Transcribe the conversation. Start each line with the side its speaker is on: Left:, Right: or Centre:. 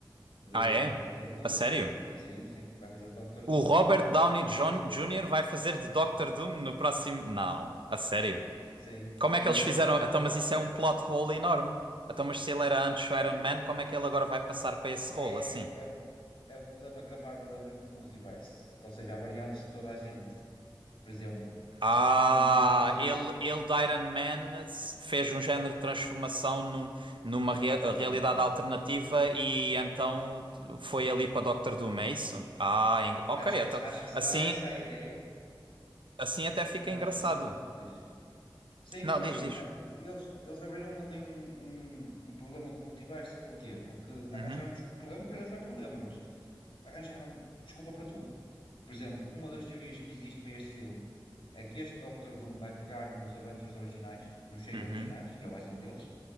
Left: de,
Right: Ah, é?
Left: de Doctor Doom.
Right: A sério?
Left: Sim, sim, vai fazer de Doctor
Right: O
Left: Doom.
Right: Robert Downey
Left: E,
Right: Jon- Jr. vai fazer de Doctor Doom no próximo. Não, a sério.
Left: sim,
Right: Como
Left: e,
Right: é que eles
Left: eh,
Right: fizeram?
Left: mas
Right: Então, mas isso é um plot hole enorme. Então, mas se ele era antes
Left: é
Right: o Iron
Left: o,
Right: Man, como é que ele agora vai passar para esse rolo
Left: é,
Right: assim?
Left: é o, é o problema que a Marvel abriu com o multiverso, que, ou seja, há variantes de toda a gente. Por exemplo,
Right: Ah,
Left: um dos conceitos.
Right: ele, ele de Iron Man fez um género de transformação num- numa rea-
Left: Exatamente,
Right: realidade alternativa e então foi ali para Doctor
Left: sim.
Right: Doom, é isso? Ah, eng- ok,
Left: Acho
Right: então,
Left: que, acho que será
Right: assim,
Left: essa a ideia,
Right: assim até fica
Left: mas,
Right: engraçado.
Left: mas imagina. diz. Sim,
Right: Não,
Left: imagina,
Right: diz, diz.
Left: eh, eles, eles abriram ali um, um, um problema com o multiverso, porquê? Porque arranjaram
Right: Uhum,
Left: des- problema para eles não é problema, mas arranjaram desculpa para tudo. Por exemplo, uma das teorias que existe para este filme é que este Doctor Doom vai pegar nos Avengers originais, nos seis
Right: uhum,
Left: originais, e ele vai ser um deles,